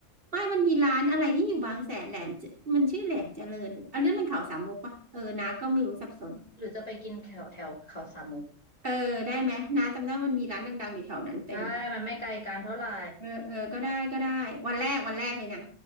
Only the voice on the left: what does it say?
หรือจะไปกินแถวแถวเขาสามมุก
ได้มันไม่ไกลกันเท่าไหร่